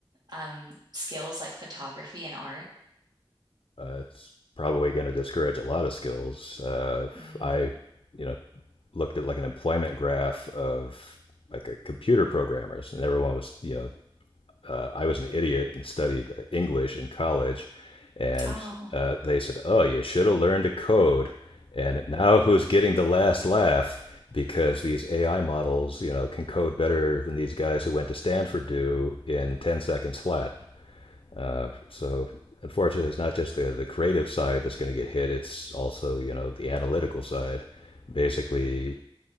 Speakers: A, on the right; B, on the left.
A: um, skills like photography and art?
B: Uh, it's probably going to discourage a lot of skills. Uh,
A: Mm.
B: I, you know, looked at like an employment graph of like a computer programmers, and everyone was, you know, uh, I was an idiot and studied English in college, and
A: Oh,
B: uh, they said, "Oh, you should have learned to code." And now, who's getting the last laugh? Because these AI models, you know, can code better than these guys who went to Stanford do in ten seconds flat. Uh, so unfortunately, it's not just the the creative side that's going to get hit. It's also you know the analytical side. Basically,